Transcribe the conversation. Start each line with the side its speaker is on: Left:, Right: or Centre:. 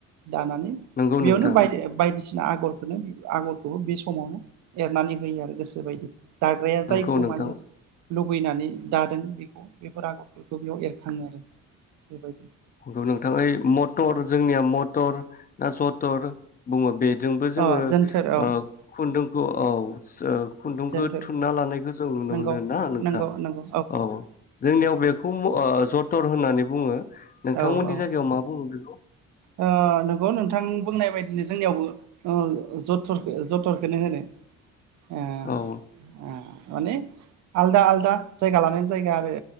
Right: दानानै
Left: नंगौ
Right: बेयावनो
Left: नोंथां
Right: बाय बायदिसि <unintelligible> ना आगरखौनो आगरखौबो बे समावनो एरनानै होयो आरो गोसोबायदि। दाग्राया
Left: नंगौ
Right: जायखौ
Left: नोंथां
Right: माने लुबैनानै दादों बेखौ बेफोर आगरफोरखौ बेयाव एरखाङो आरो बेबायदि।
Left: <unintelligible> नोंथां ओइ मटर जोंनिया मट थर ना जथर बुङो बेजोंबो जोङो
Right: अ जोनथोर औ
Left: ओ खुन्दुं खौ औ सो <unintelligible> खुन्दुंखौ
Right: जोनथोर
Left: थुनना लानायखौ जों नुनो
Right: नंगौ
Left: मोनो ना नोंथां
Right: नंगौ नंगौ
Left: औ। जोंनियाव बेखौ म ओ जथर होननानै बुङो। नोंथांमोननि
Right: औ औ
Left: जायगायाव मा बुङो बेखौ
Right: ओ नंगौ नोंथां बुंनाय बायद <unintelligible> जोंनियावबो ओ जथर जथरखोनो होनो। ओ
Left: औ
Right: ओ माने आलदा आलदा जायगा लानानै जायगा आरो